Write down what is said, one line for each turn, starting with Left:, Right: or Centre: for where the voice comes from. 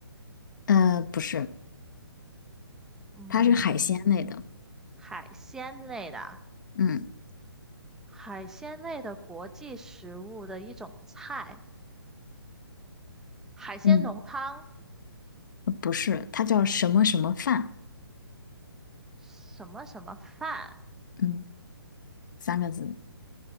Left: 呃，不是，
Centre: 嗯，
Left: 它是海鲜类的。
Centre: 海鲜类的，
Left: 嗯，
Centre: 海鲜类的国际食物的一种菜，海鲜浓汤，
Left: 嗯，呃不是，它叫什么什么饭？
Centre: 什么什么饭，
Left: 嗯，三个字。